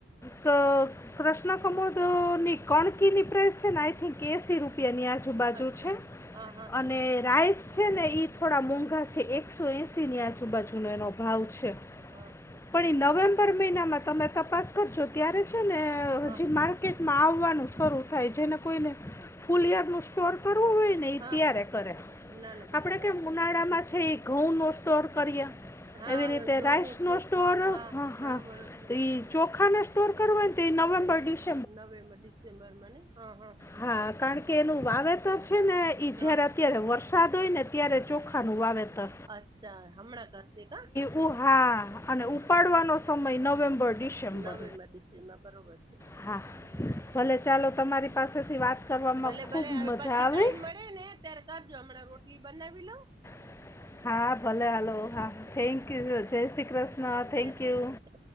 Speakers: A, on the left; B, on the right.
A: ક કૃષ્ણ કમોદ ની કોણકી ની પ્રેસ છે ને, આઈ થિંક. કેસી રૂપિયાની આજુબાજુ
B: અચ્છા
A: છે,
B: હા હા
A: અને રાઈસ છે ને ઇ. થોડા મોંઘા છે, એકસો એસી ની આજુબાજુનો એનો ભાવ છે.
B: હા
A: પણ એ નવેમ્બર મહિનામાં તમે તપાસ કરજો ત્યારે છે ને,
B: હા
A: હજી પાન કેટમાં આવવાનું શરૂ થાય છેને, કોઈને ફૂલ યર નું સ્ટોર કરવું હોય. ને ઈ
B: હા
A: ત્યારે
B: હા
A: કરે,
B: ના ના બરોબર
A: આપડે કેમ
B: છે
A: ઉનાળામાં છે, એ ઘઉં નો સ્ટોર કરીએ.
B: હા
A: એવી રીતે
B: ઘઉં
A: રાઈસ
B: ચોખા
A: નો સ્ટોર,
B: હા
A: હ
B: બરોબર
A: હા
B: છે
A: એ. ચોખાને સ્ટોર કરવાય, તે નવેમ્બર ડીસ
B: નવેમ્બર ડિસેમ્બરમાં ને. હ, હ.
A: હા, કારણ કે એનું વાવેતર છે ને, ઈઝારાત
B: હા
A: ત્યારે વરસાદ હોય ને, ત્યારે ચોખાનું વાવેતર
B: અચ્છા, હમણાં કરશે કા.
A: ઉહા અને ઉપાડવાનો સમય નવેમ્બર ડિસેમ્બર
B: નવેમ્બર-ડિસેમ્બર બરોબર છે.
A: હા. ભલે ચાલો, તમારી પાસેથી વાત કરવામાં
B: ભલે
A: ખુબ
B: ભલે હવે
A: મજા
B: પછી
A: આવી.
B: ટાઈમ મળે ને ત્યારે કરજો હમણાં રોટલી બનાવી લઉ.
A: <unintelligible> હા, ભલે. હાલો, હા થેન્ક યુ, જય શ્રી કૃષ્ણ, થેન્કયુ.
B: જય શ્રી કૃષ્ણ